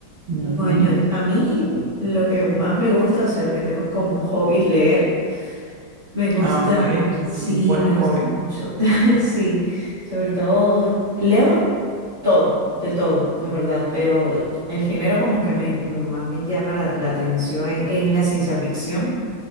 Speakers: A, on the right; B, on the right.
A: Ujú.
B: Bueno, a mí lo que más me gusta, o sea, lo que tengo como hobby es leer. Me gusta,
A: Ah, ok, es
B: sí,
A: un buen
B: me
A: hobby.
B: gusta mucho. <laughs> Sí, sobre todo leo todo, de todo, de verdad, pero el género como que me, más me llama la, la atención es es la ciencia ficción.